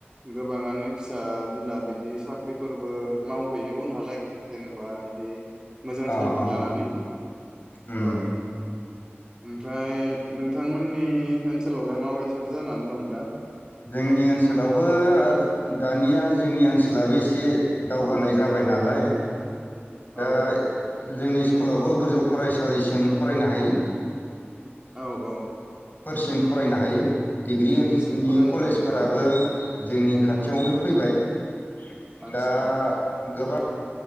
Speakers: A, on the right (about 20°); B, on the left (about 45°).
A: गोबाङानो फिसा बिला बिदि साख्रिफोरबो मावहैयो उनहालागै जेनेबा इदि मोजां
B: अ
A: सोलोंथाइ
B: अ
A: लानानै
B: उम
A: औ ओमफ्राय नोंथांमोननि ओनसोलावलाय मा बायसाथो जानानै दं दा?
B: जोंनि ओनसोलावबो दानिया जोंनि ओनसोलाबो एसे दावगानाय जाबाय नालाय
A: औ
B: दा जोंनि स्कुलावबो गोजौ फरायसालिसिम फरायनो हायो।
A: औ औ
B: फोरसिम फरायनो हायो । डिग्रि
A: डिग्रिसिम
B: ओनसनि
A: फरायो
B: कलेजफोराबो
A: आरो ओ ओ
B: जोंनि खाथियावनो फैबाय ।
A: आदसा
B: दा गो